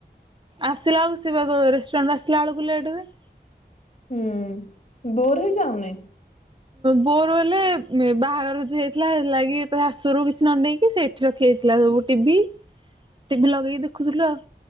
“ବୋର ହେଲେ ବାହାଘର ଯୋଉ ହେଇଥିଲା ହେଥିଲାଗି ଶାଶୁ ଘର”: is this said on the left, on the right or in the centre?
Right